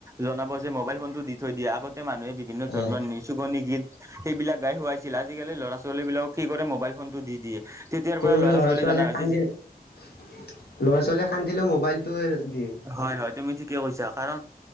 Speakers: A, on the right; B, on the left.
A: জনাব যে মোবাইল ফোনতটো দি- থৈ দিয়া আগতে মানুহে বিভিন্ন ধৰণৰ
B: অ',
A: নি চুকনি গীত সেইবিলাক গাই শোৱাইছিল, আজিকালি ল'ৰা ছোৱালী বিলাকক কি কৰে মোবাইল ফোনতটো দি দিয়ে। তেতিয়াৰ পৰা
B: কোনোবা ল'ৰা
A: ছোৱালী
B: ছোৱালীয়ে
A: জানা হৈছে
B: কান্দি,
A: যে
B: ল'ৰা ছোৱালীয়ে খান্দিলেও মোবাইলটোৱে দিয়ে।
A: হয় হয়, তুমি ঠিকে কৈছা কাৰণ